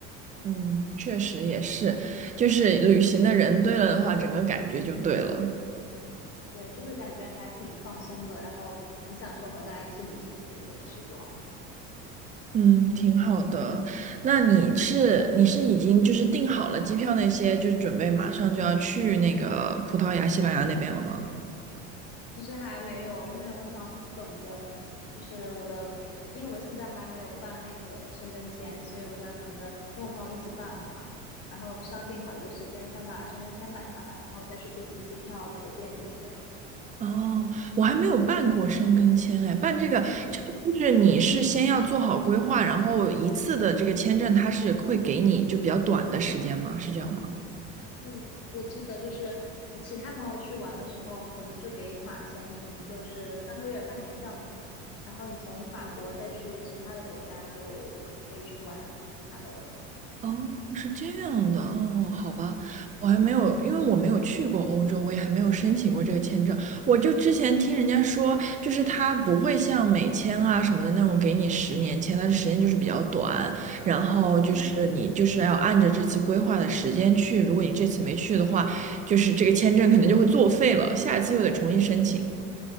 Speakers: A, on the right; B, on the left.
A: 嗯，确实也是，就是旅行的人对了的话，整个感觉就对了。
B: 对，就会感觉还挺放松的，然后很享受和大家一起旅行的这种时光。
A: 嗯，挺好的。那你是你是已经就是订好了机票那些，就是准备马上就要去那个葡萄牙、西班牙那边了吗？
B: 其实还没有，因为我想等着，就是我的，因为我现在还没有办那个申根签，所以我想等着跟我朋友一起办嘛，然后商定好一个时间，先把申根签办下来，然后再去订机票、酒店这些。
A: 哦，我还没有办过申根签哎，办这个这个就是你是先要做好规划，然后一次的这个签证它是会给你就比较短的时间吗？是这样吗？
B: 嗯，我记得就是我其他朋友去玩的时候，可能就给法签，可能就是三个月、半年这样子。然后你从法国再去其他的国家，就可以去玩其他的了。
A: 哦，是这样的哦，好吧，我还没有，因为我没有去过欧洲，我也还没有申请过这个签证。我就之前听人家说，就是它不会像美签啊什么的那种给你十年签，它的时间就是比较短，然后就是你就是要按着这次规划的时间去，
B: 嗯
A: 如果你这次没去的话，就是这个签证可能就会作废了，下一次又得重新申请。